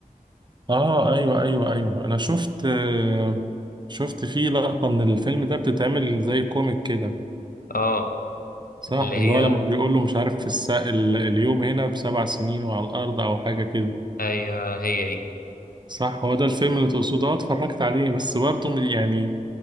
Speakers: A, on the right; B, on the left.
A: اه ايوه ايوه ايوه انا شفت آه، شفت فيه لقطة من الفيلم ده بتتعمل زي كوميك كده
B: اه
A: صح؟
B: اللي
A: اللي هو
B: هي
A: لما بيقول له مش عارف الس... ال- اليوم هنا بسبع سنين وعلى الأرض أو حاجة كده
B: ايوه هي دي
A: صح هو ده الفيلم اللي تقصده اه اتفرجت عليه بس برضه يعني